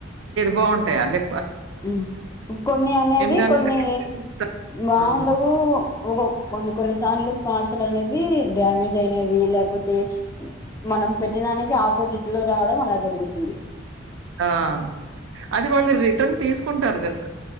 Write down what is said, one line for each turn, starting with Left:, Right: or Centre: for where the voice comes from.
Right: బావుంటాయ అన్ని
Left: హ్మ్ కొన్ని అనేది
Right: గానే
Left: కొన్ని
Right: కరెక్ట్‌గా ఇస్తారు.
Left: బాగుండవు
Right: ఆ!
Left: ఒక కొన్ని, కొన్నిసార్లు పార్సెల్ అనేది డ్యామేజ్ అయినవి లేకపోతే మనం పెట్టి దానికి ఆపోజిట్ లో రావడం అలా జరుగుతుంది.
Right: ఆ! అది వాళ్ళు రిటర్న్ తీసుకుంటారు గదా